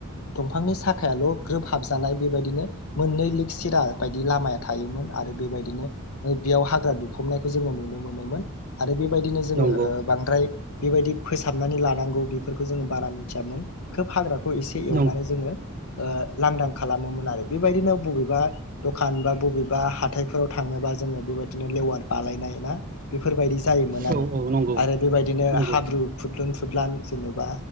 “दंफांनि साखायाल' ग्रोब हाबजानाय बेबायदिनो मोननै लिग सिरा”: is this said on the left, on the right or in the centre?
Left